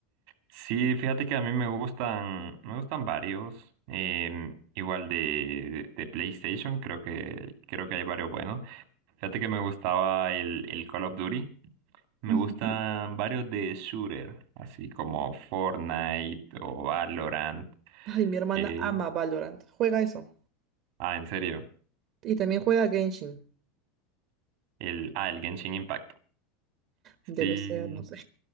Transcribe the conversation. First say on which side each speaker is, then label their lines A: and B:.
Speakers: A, on the right (about 60°); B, on the right (about 45°).
A: Sí, fíjate que a mí me gustan, me gustan varios. Em, igual de, de PlayStation, creo que, creo que hay varios buenos. Fíjate que me gustaba el, el Call of Duty. Me
B: Ujú.
A: gustan varios de shooter, así como Fortnite o Valorant.
B: Ay, mi hermana
A: Que,
B: ama Valorant. Juega eso.
A: ah, en serio.
B: Y también juega Genshin.
A: El, ah, el Genshin Impact.
B: Debe
A: Sí.
B: ser, no sé.